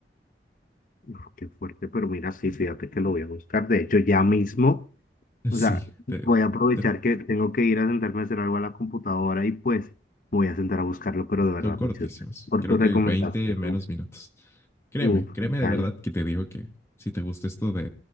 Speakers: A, on the left (about 45°); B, on the left (about 15°).
A: Uf, qué fuerte, pero mira, sí, fíjate que lo voy a buscar. De hecho, ya mismo, o
B: Sí,
A: sea,
B: te-
A: voy a aprovechar
B: te-
A: que tengo que ir a sentarme a hacer algo a la computadora y pues voy a sentar a buscarlo, pero de verdad,
B: son cortísimos.
A: muchas gracias por
B: Creo
A: tu
B: que
A: recomendación.
B: 20 menos minutos. Créeme,
A: Uf,
B: créeme de
A: genial.
B: verdad que te digo que si te gusta esto de,